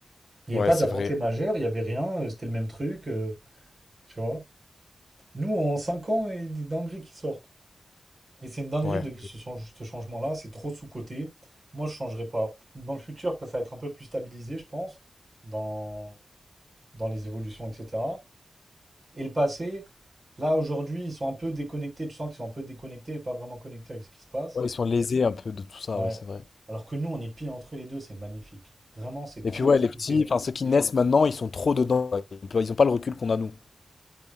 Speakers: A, on the right; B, on the left.
A: Il n'y
B: Ouais,
A: avait pas
B: c'est
A: d'avancée
B: vrai.
A: majeure, il n'y avait rien, euh, c'était le même truc, euh, tu vois. Nous, en 5 ans, il y a des dingueries qui sortent. Et c'est une dinguerie
B: Ouais.
A: de ce, change- ce changement-là, c'est trop sous-coté. Moi, je ne changerai pas. Dans le futur, ça va être un peu plus stabilisé, je pense, dans, dans les évolutions, etc. Et le passé, là, aujourd'hui, ils sont un peu déconnectés. Tu sens qu'ils sont un peu déconnectés et pas vraiment connectés avec ce qui se passe.
B: Ouais, ils sont lésés un peu de tout ça,
A: Ouais.
B: ouais, c'est vrai.
A: Alors que nous, on est pile entre les deux, c'est magnifique. Vraiment, c'est trop
B: Et puis, ouais,
A: sous-coté.
B: les petits,
A: là.
B: enfin, ceux qui naissent maintenant, ils sont trop dedans. Ils n'ont pas le recul qu'on a, nous.